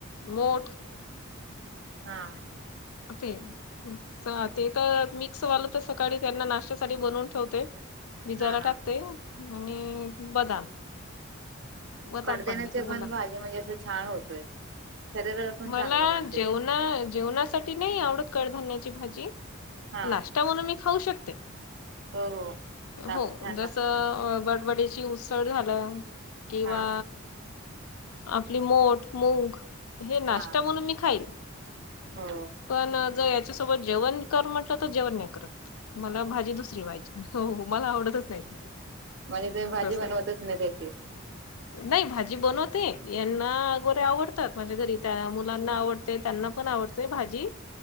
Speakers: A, on the left (about 85°); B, on the right (about 55°).
A: मोड
B: हा
A: होते च ते तर मिक्स वालं तर सकाळी त्यांना नाश्त्यासाठी बनवून ठेवते. भिजायला
B: हा हा
A: टाकते आणि बदाम बदाम
B: कडद्याण्याचे
A: देते मुलांना
B: पण भाजी म्हणजे असं छान होतोय. शरीराला पण
A: मला
B: चांगलं म्हणते
A: जेवणा जेवणासाठी नाही आवडत कडधान्याची भाजी नाष्टा
B: हा
A: नाष्टा म्हणून खाऊ शकते.
B: हो हो लाग
A: हो
B: छान
A: जस
B: लाग
A: बडबडयाची उसळ उसळ झाला किंवा
B: हा
A: आपली मठ मूंग हे नाश्ता
B: हा
A: म्हणून मी खाईल.
B: हो
A: पण जर याच्यासोबत जेवण कर म्हटलं तर जेवण नाही करत. मला भाजी दुसरी पाहीजे हो हो मला आवडतच नाही ते
B: म्हणजे तुम्ही भाजी
A: तसं
B: बनवतच नाही त्याची
A: नाही भाजी बनवते यांना गोरे आवडतात. माझ्या घरी त्या मुलांना आवडते त्यांना पण आवडतेय भाजी